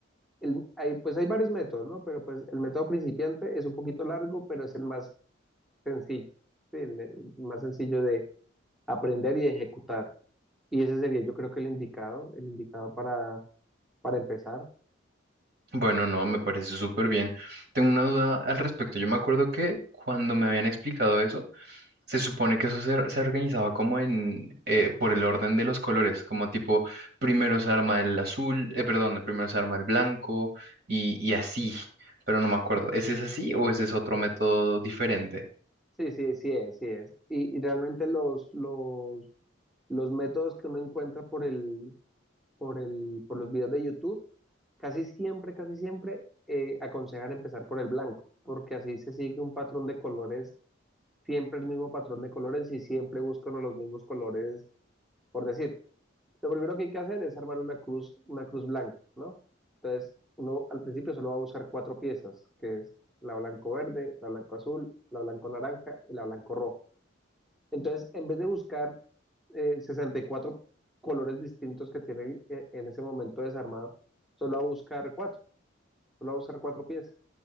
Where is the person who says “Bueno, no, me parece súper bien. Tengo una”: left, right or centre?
Right